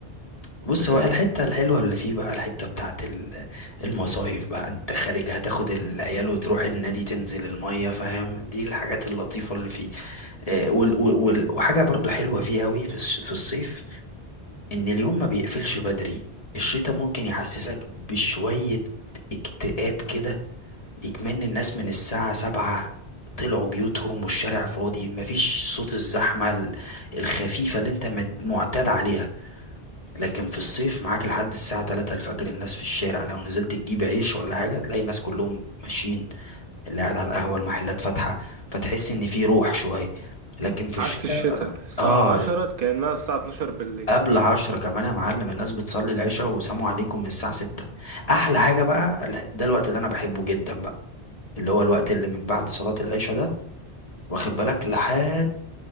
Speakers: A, on the left; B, on the right.
A: بص
B: <laughs>
A: هو الحتة الحلوة اللي فيه بقى الحتة بتاعت ال- المصايف بقى انت خارج هتاخد العيال وتروح النادي تنزل المية فاهم دي الحاجات اللطيفة اللي فيه آه، وال- وال- وال- وحاجة برضو حلوة فيه قوي في الص- في الصيف ان اليوم ما بيقفلش بدري الشتاء ممكن يحسسك بشوية اكتئاب كده يكمن الناس من الساعة سبعة طلعوا بيوتهم والشارع فاضي مفيش صوت الزحمة ال- الخفيفة اللي انت مت- معتاد عليها لكن في الصيف معاك لحد الساعة 3 الفجر الناس في الشارع لو نزلت تجيب عيش ولا حاجة تلاقي الناس كلهم ماشيين اللي قاعد على القهوة المحلات فاتحة فتحس إن في روح شوية لكن في الشتاء
B: عكس الشتاء
A: الشتاء لا.
B: الساعة
A: آه
B: عشرة كأنها الساعة اتناشر بالليل
A: قبل عشرة كمان يا معلم الناس بتصلي العشاء وسلام عليكم من الساعة ستة أحلى حاجة بقى ال- ده الوقت اللي أنا بحبه جدا بقى اللي هو الوقت اللي من بعد صلاة العشاء ده واخد بالك لحد